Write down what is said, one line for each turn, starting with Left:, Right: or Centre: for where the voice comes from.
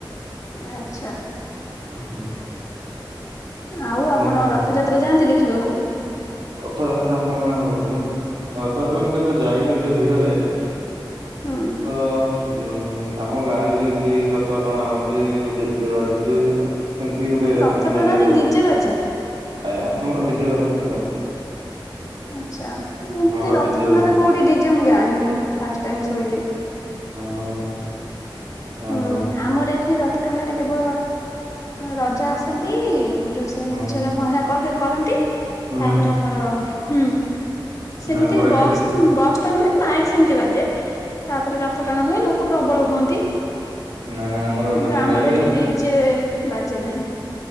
Left: ଆଛା।
Right: ହୁଁ।
Left: ଆଉ ଆପଣ
Right: କଣ କରୁଛନ୍ତି?
Left: ରଥଯାତ୍ରା ଯାଆନ୍ତି ଦେଖିବାକୁ?
Right: ରଥଯାତ୍ରା ଆମ ଗାଁ ରେ ହଉଛି। ରଥଯାତ୍ରା ମୁଁ କେବେ ତ ଯାଇନି ଏତେ ଭିଡ଼ରେ।
Left: ହୁଁ।
Right: ତ ଜଉ ଆମ ଗାଁ ରେ ବି ଏମତି ରଥ ଟଣା ହଉଛି। ଡିଜେ ଫିଜେ ବାଧୁଛି ସବୁ ଏମତି ଗୋଟେ
Left: ରଥ
Right: ମାନେ
Left: ଟଣାରେ
Right: ଇଏ ର
Left: ଡିଜେ ବାଜେ।
Right: ଆଜ୍ଞା ଆମର ଡିଜେ ବାଜୁଥିବ।
Left: ଆଚ୍ଛା ଏମିତି
Right: ଆମର
Left: ରଥ
Right: ଡିଜେ
Left: ଟଣାରେ
Right: ବାଜୁଛି
Left: କୋଉଠି ଡିଜେ ମୁଁ ଜାଣିନି ଫାଷ୍ଟ ଟାଇମ ଶୁଣିଲି।
Right: ଅ ହଁ। ଓ
Left: ହୁଁ
Right: ହୋ।
Left: ଆମର ଏଠି ରଥ ଟଣାରେ କେବଳ ରଜା ଆସନ୍ତି <unintelligible>
Right: ହଁ
Left: ପହଁରା କରିଦ କରନ୍ତି
Right: ହୁଁ
Left: ତାପରେ ଆମର ହୁଁ ସେମିତି
Right: ନା ଆମର ଏଠି
Left: ବକ୍ସ ବକ୍ସ୍ ତ ନୁହେଁ ମାଇକ୍ ସେମତି ବାଜେ ତାପରେ ରଥ ଟଣା ହୁଏ ଲୋକ ପ୍ରବଳ ହୁଅନ୍ତି।
Right: ନା ନା। ଆମର
Left: କିନ୍ତୁ
Right: ଏଠି କଣ
Left: ଆମର
Right: କହିଲେ
Left: ଏଠି ଡିଜେ ବାଜେ ନାହିଁ।